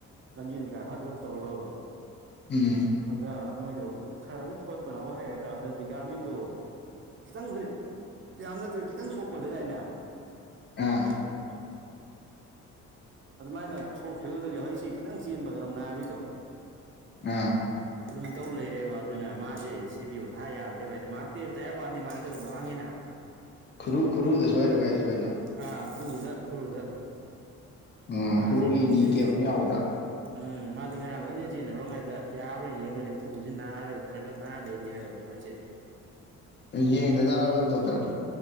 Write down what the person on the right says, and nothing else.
ꯂꯝꯖꯦꯟꯖꯦ ꯈꯔ ꯍꯥꯔꯗ ꯋꯥꯔꯛ ꯇꯧꯔꯨꯔꯕ
ꯑꯗ ꯃꯣꯏꯗꯣ ꯈꯔꯗꯤ ꯊꯣꯠꯄꯅ ꯋꯥ ꯍꯥꯏꯩꯒꯗ꯭ꯔꯥ ꯑꯗꯨꯗ ꯚꯤꯇꯥꯃꯤꯟꯗꯨ ꯈꯤꯇꯪꯗꯤ ꯌꯥꯝ ꯅꯠꯇ꯭ꯔꯦ ꯈꯤꯇꯪ ꯁꯣꯛꯄꯗꯗꯥꯏꯅꯦ
<unintelligible> ꯑꯗꯨ ꯃꯥꯏꯅ ꯁꯣꯛ ꯐꯤꯔꯜꯗꯒꯤ ꯍꯧꯖꯤꯛꯁꯤ ꯈꯤꯇꯪ ꯆꯦꯟꯕꯒ ꯗꯨꯝ ꯅꯥꯕꯤꯗꯣ
ꯑꯗꯨꯝ ꯇꯧ ꯂꯩꯔꯦꯕ ꯑꯗꯨꯅ ꯃꯥꯖꯦ ꯁꯤ ꯄꯤ ꯑꯣ ꯊꯥ ꯌꯥꯗ꯭ꯔꯦꯕ ꯍꯥꯏꯅ ꯃꯥ ꯇꯝ ꯇꯌꯥꯌꯔ ꯋꯥꯟꯗꯤ ꯃꯥꯔꯛꯇꯤ ꯑꯗꯨꯝ ꯋꯥꯡꯉꯦꯅ
ꯑꯥ ꯈꯎꯨꯗ ꯈꯨꯔꯨꯗ
ꯃꯥꯁꯦ
ꯑꯩ
ꯎꯝ ꯃꯥꯗꯤ ꯉꯔꯥꯡ ꯂꯝꯖꯦꯜ ꯆꯦꯜ ꯍꯧꯔꯤꯛꯉꯥꯏꯗ ꯌꯥꯕ꯭ꯔꯥ ꯌꯦꯡꯕꯅꯦ ꯈꯨꯎꯖꯤ ꯅꯥꯔꯒ ꯈꯔ ꯈꯔ ꯅꯥꯔ ꯂꯩꯔꯤ ꯍꯥꯏꯕ ꯑꯗꯣ ꯍꯧꯖꯤꯛꯁꯦ